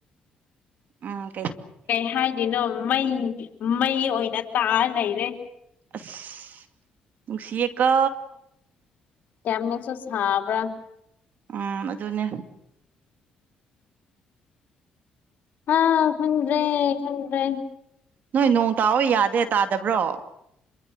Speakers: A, on the right; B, on the left.
A: ꯑ
B: ꯀꯩ ꯍꯥꯏꯗꯣꯏꯅꯣ ꯃꯩ ꯃꯩ ꯑꯣꯏꯅ ꯇꯥꯑ ꯂꯩꯔꯦ
A: ꯑꯁ ꯎꯁꯤ ꯌꯦ ꯀꯣ
B: ꯀꯃꯜꯁꯨ ꯁꯥꯕ
A: ꯎꯝ ꯑꯗꯨꯅꯦ
B: ꯍꯥꯥ ꯈꯟ꯭ꯔꯦ ꯈꯟ꯭ꯔꯦ
A: ꯅꯣꯏ ꯅꯣꯡ ꯇꯥꯑꯣ ꯌꯥꯗꯦ ꯇꯥꯗꯕ꯭ꯔꯣ